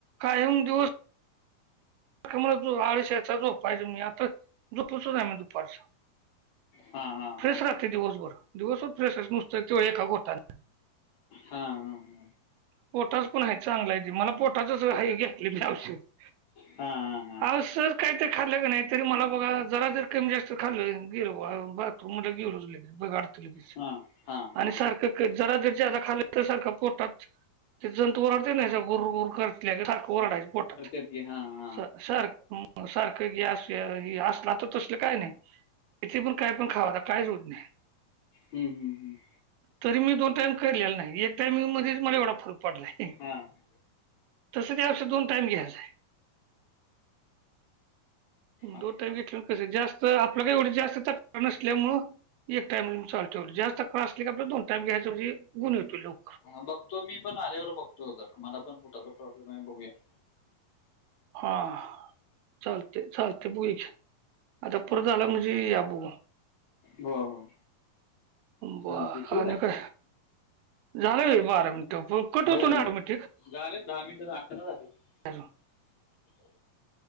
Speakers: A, on the right; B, on the left.
A: कायम दिवस <unintelligible> मला जो आळश यांचा जो पाहिजे मी आता जोपोचत आहे मी दुपारचा <unintelligible>
B: हा हा हा
A: फ्रेश राहते दिवसभर दिवसच फ्रेश आहे नुसतें डोळे खपवतांत <unintelligible>
B: हां हां <unintelligible>
A: पोटाच पणं आहे चांगला आहे ते मला पोटाचच हे घेतली मऔशेत <unintelligible>
B: हां हां <unintelligible>
A: कसलं काही तरं खाल्लं नाहीं तरी मला बघा जरा जर <unintelligible> कमरेच्या दूखाव किर कोड बाथरूम मध्ये गेलो लगे बघाडतं लगेच
B: हा हा हा हा
A: आणि सारखं जरा त्या च्यारा खाला तसा सारखं पोटात ते जंतू वरडते नाही गोरर <unintelligible> सख रडाय <unintelligible> पोतात <unintelligible>
B: कधी आहे हां हां <unintelligible>
A: स सार सारखं गॅस असला तर तसलं कांहीं नाहीं <unintelligible> इथे पणं कायं पणं खावाता काईच होतं नाहीं <unintelligible>
B: हम्मं <unintelligible>
A: तरी मी दोन टाईम करलेला नाहीं एक टाईम मध्यें मला एवढा फरक पडलाय <unintelligible>
B: हां <unintelligible>
A: तसं ते औषध दोन टाईम घ्यायचं आहे <unintelligible>
B: अच्छा
A: दो टाईप घेतले कसं जास्तं आपलं कांहीं एवढी जास्तं तकलीफ नसल्यामुळं <unintelligible> एक टाइम चालत जास्तं त्रास असंला की आपल दोन टाईम घ्यायचं म्हणजे गुण येतोयां <unintelligible>
B: बघतोय मी पणं आल्यावर बघतो तरं मला पणं पोटाचा प्रॉब्लेम आहे बघूया <unintelligible>
A: हां <unintelligible> चालते चालते बग आतापरत आला म्हणजे ये आपणं <unintelligible>
B: हो हो
A: ब
B: चालते ठेवू
A: कां आता
B: काय
A: कायं <unintelligible> झालं बारा मि कट
B: होय
A: होतो
B: होय
A: याॅडमीट ठीक <unintelligible>
B: झाले दहा मिनिटं अकरा झाले <unintelligible>
A: तर <unintelligible> <unintelligible>
B: <unintelligible> <unintelligible>